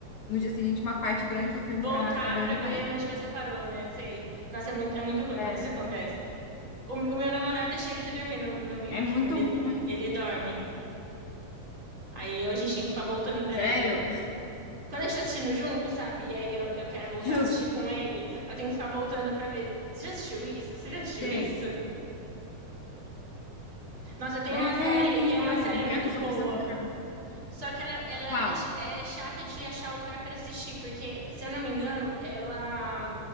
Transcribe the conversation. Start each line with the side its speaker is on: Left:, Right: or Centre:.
Left: no dia seguinte, uma parte grande do filme
Right: Voltar
Left: pra saber
Right: pra
Left: onde eu
Right: ver
Left: parei.
Right: onde você parou, né? Sei. Nossa, é muito, é muito ruim
Left: É,
Right: quando isso acontece. O, o meu namorado é cheio de dormir no, no meio
Left: é
Right: do
Left: muito
Right: filme. Ele,
Left: ruim.
Right: ele dorme. Aí eu- a gente tem que ficar voltando pra
Left: Sério,
Right: ele. Quando a gente tá assistindo junto, sabe? E aí eu, eu quero voltar
Left: Justo.
Right: a assistir com ele. Eu tenho que ficar voltando pra ver. Você já assistiu isso? Você já assistiu
Left: Sei.
Right: isso? Nossa, tem uma
Left: É
Right: série,
Left: é horrível.
Right: tem uma série
Left: O pior
Right: muito
Left: é que eu sou
Right: boa.
Left: uma pessoa que dorme.
Right: Só que ela, ela
Left: Qual?
Right: é, cha- é chata de achar o lugar pra assistir. Porque, se eu não me engano, ela.